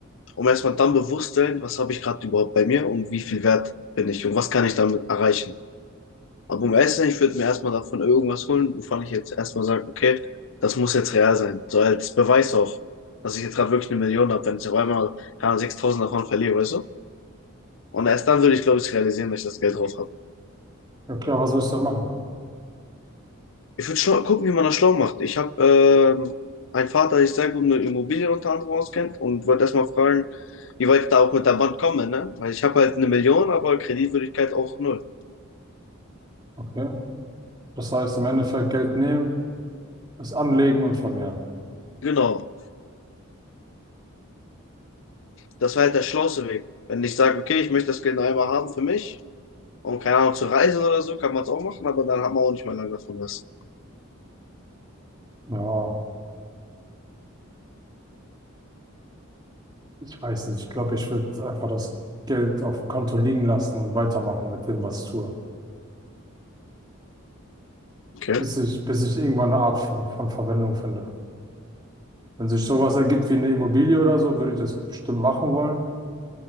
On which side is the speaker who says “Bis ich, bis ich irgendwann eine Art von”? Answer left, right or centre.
Right